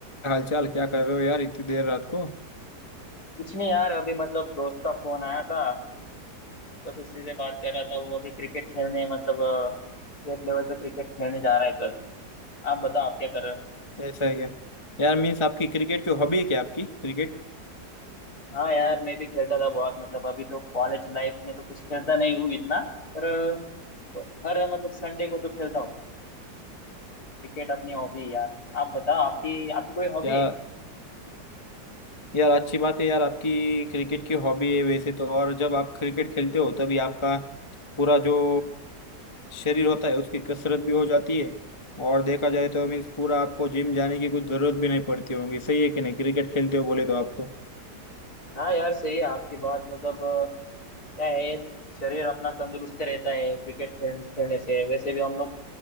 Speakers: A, on the left; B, on the left.
A: हालचाल क्या कर रहे हो यार इतनी देर रात को
B: कुछ नहीं यार अभी मतलब दोस्त का फोन आया था बस उसी से बात कर रहा था वो अभी क्रिकेट खेलने मतलब स्टेट लेवल पे क्रिकेट खेलने जा रहा है कल आप बताओ आप क्या कर रहे हो
A: ऐसा है क्या यार मीन्स आपकी क्रिकेट की हॉबी है क्या आपकी क्रिकेट
B: हाँ यार मैं भी खेलता था बहुत मतलब अभी तो कॉलेज लाइफ में तो कुछ <laughs> खेलता नहीं हूँ इतना पर अ, तो हर मतलब संडे को तो खेलता हूँ क्रिकेट अपनी हॉबी है यार आप बताओ आपकी आपकी कोई हॉबी
A: या
B: है
A: यार अच्छी बात है यार आपकी क्रिकेट की हॉबी है वैसे तो और जब आप क्रिकेट खेलते हो तभी आपका पूरा जो शरीर होता है उसकी कसरत भी हो जाती है और देखा जाए तो मीन्स पूरा आपको जिम जाने की कुछ जरूरत भी नहीं पड़ती होगी सही है कि नहीं क्रिकेट खेलते हो बोले तो आप तो
B: हाँ यार सही है आपकी बात मतलब क्या है शरीर अपना तंदुरुस्त रहता है क्रिकेट खेल खेलने से वैसे भी हम लोग